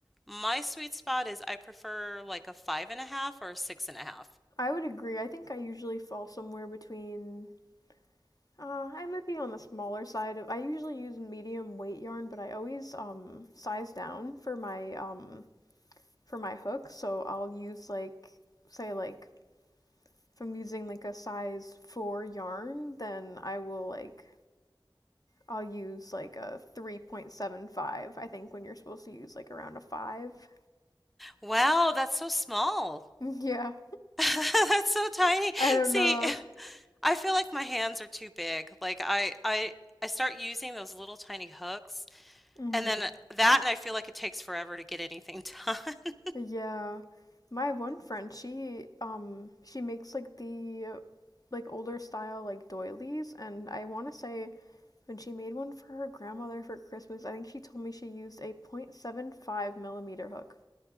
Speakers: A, in the centre; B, on the left.
A: my sweet spot is I prefer like a five and a half or a six and a half.
B: I would agree. I think I usually fall somewhere between uh I might be on the smaller side of I usually use medium weight yarn, but I always um size down for my um for my hook, so I'll use like say like if I'm using like a size 4 yarn, then I will like I'll use like a 3.75. I think when you're supposed to use like around a 5.
A: Wow, that's so small.
B: <laughs> yeah.
A: <laughs> That's so tiny.
B: I don't
A: See,
B: know.
A: I feel like my hands are too big. Like I, I, I start using those little tiny hooks,
B: hmm
A: and then that, and I feel like it takes forever to get anything done. <laughs>
B: Yeah. My one friend, she um she makes like the like older style like doilies and I want to say when she made one for her grandmother for Christmas, I think she told me she used a point seven five millimeter hook.